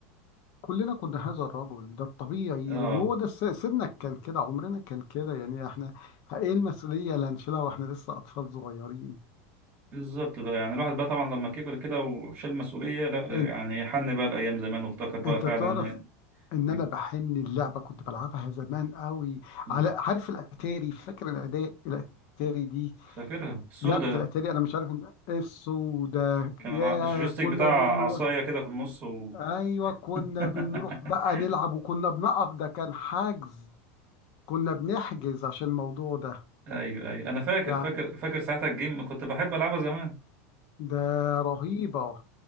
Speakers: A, on the left; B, on the right.
A: كلنا كنا هذا الرجل ده الطبيعي
B: اه
A: وهو ده س- سنك كان كده عمرنا كان كده يعني احنا ايه المسؤولية اللي هنشيلها واحنا لسه اطفال صغيرين
B: بالظبط بقى يعني الواحد بقى طبعا لما كبر كده وشال مسؤولية لا
A: انت
B: يعني حن بقى الأيام زمان وافتكر بقى
A: انت
B: فعلا
A: تعرف ان
B: إنك-
A: انا بحن اللعبة كنت بلعبها زمان قوي
B: مم.
A: على عارف الاتاري فاكر الاداء الاتاري دي
B: فاكرها السودة
A: لعبة
B: ده
A: الاتاري انا مش عارف ان السودا
B: كان
A: يا
B: الع- الجويستيك
A: كنا
B: بتاع
A: بنروح
B: عصاية كده في النص و...
A: ايوه كنا
B: <laughs>
A: بنروح بقى نلعب وكنا بنقف ده كان حجز كنا بنحجز عشان الموضوع ده
B: أيوه أيوه أنا فاكر
A: يعني
B: فاكر فاكر ساعتها الجيم كنت بحب ألعبها زمان
A: ده رهيبة